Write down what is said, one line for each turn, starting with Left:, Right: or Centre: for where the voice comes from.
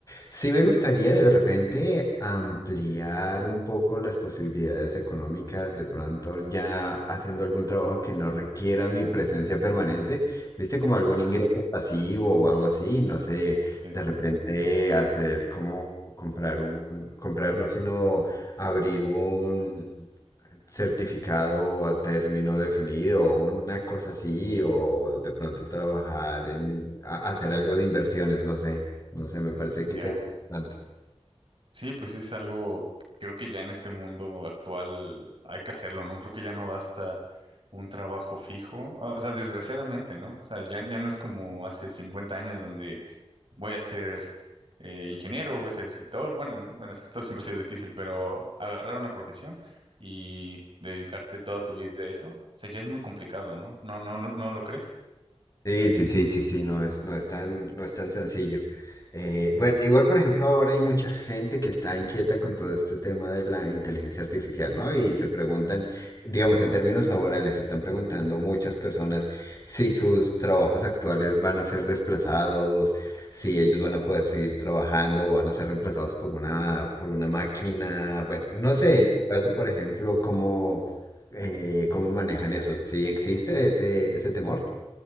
Left: Sí me gustaría de repente ampliar un poco las posibilidades económicas, de pronto ya haciendo algún trabajo que no requiera mi presencia permanente, viste como algún
Right: Ajá,
Left: ingreso pasivo o algo así, no sé
Right: sí,
Left: de repente
Right: sí.
Left: hacer como comprar un, comprar no, sino abrir un certificado a término definido o una cosa así, o de pronto trabajar en a- hacer algo de inversiones, no sé, no sé, me parece
Right: Ya.
Left: que sería interesante.
Right: Sí, pues sí, es algo, creo que ya en este mundo actual hay que hacerlo, ¿no? Creo que ya no basta un trabajo fijo, Ah, o sea, desgraciadamente, ¿no? O sea, ya, ya no es como hace 50 años donde voy a ser eh, ingeniero, voy a ser escritor, bueno, bueno, escritor siempre ha sido difícil, pero agarrar una profesión y dedicarte toda tu vida a eso, o sea, ya es muy complicado, ¿no? ¿No, no, lo- no lo crees?
Left: Sí, sí, sí, sí, sí, no es, no es tan, no es tan sencillo. Eh, bueno, igual, por ejemplo, ahora hay mucha gente que está inquieta con todo este tema de la inteligencia artificial, ¿no? Y se preguntan, digamos, en términos laborales, se están preguntando muchas personas si sus trabajos actuales van a ser desplazados, si ellos van a poder seguir trabajando o van a ser reemplazados por una, por una máquina. Bueno, no
Right: Ujú.
Left: sé, en tu caso, por ejemplo, cómo, eh, cómo manejan eso. ¿Sí existe ese, ese temor?